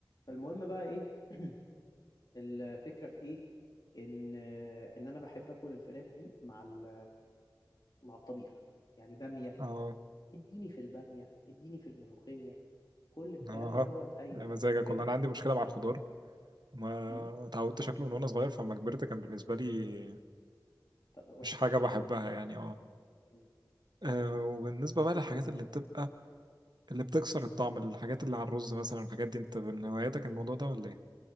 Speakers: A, on the left; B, on the right.
A: فالمهم بقى ايه <clears throat> الفكرة في ايه ان ان انا بحب اكل الفراخ دي مع ال مع الطبيخ يعني بامية
B: اه
A: اديني في البامية اديني في الملوخية كل الكلام
B: اه
A: دوت ايوه
B: يا مزاجك
A: فاهم
B: والله انا عندي مشكله مع الخضار ما
A: امم
B: اتعودت شكله من وانا صغير فلما كبرت كان بالنسبه لي
A: ط- وحش
B: مش حاجه
A: بقى
B: بحبها يعني اه
A: مم.
B: آه، وبالنسبه بقى للحاجات اللي بتبقى اللي بتكسر الطعم الحاجات اللي على الرز مثلا الحاجات دي انت من هواياتك الموضوع ده ولا ايه